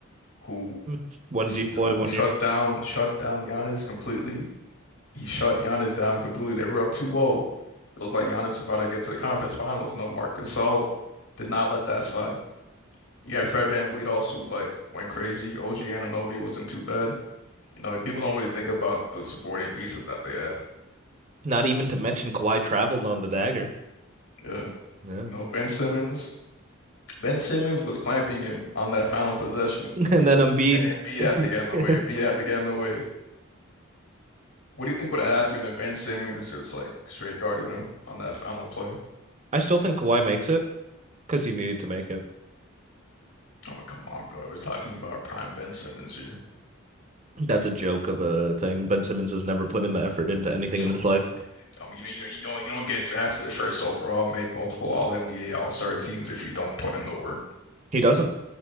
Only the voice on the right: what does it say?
Hmm. One deploy,
one
year.
Not even to mention Kawhi traveled on the dagger.
Yeah.
<laughs>
and then Embiid.
<laughs>
I still think Kawhi makes it because he needed to make it.
That's a joke of a thing. Ben Simmons has never put in the effort into anything
in his
life.
He doesn't.